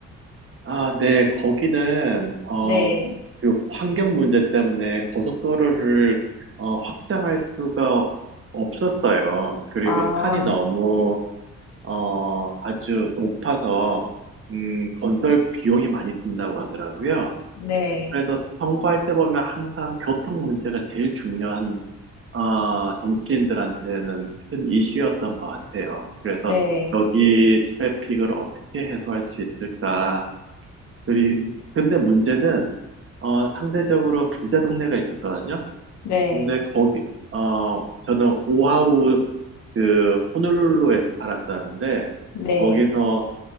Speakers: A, on the right (about 45°); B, on the left (about 70°).
A: 아, 네, 거기는, 어,
B: 네.
A: 그 환경 문제 때문에 고속도로를, 어, 확장할 수가 없었어요. 그리고
B: 아,
A: 산이 너무, 어, 아주 높아서, 음, 건설 비용이 많이 든다고 하더라고요.
B: 네.
A: 그래서 선거할 때 보면 항상 교통 문제가 제일 중요한, 아, 정치인들한테는 큰 이슈였던 것 같아요. 그래서
B: 네.
A: 여기 트래픽을 어떻게 해소할 수 있을까, 그림. 근데 문제는, 어, 상대적으로 부자 동네가 있었거든요.
B: 네.
A: 근데 거기, 어, 저는 오하우, 그, 호놀룰루에서 살았었는데,
B: 네.
A: 거기서,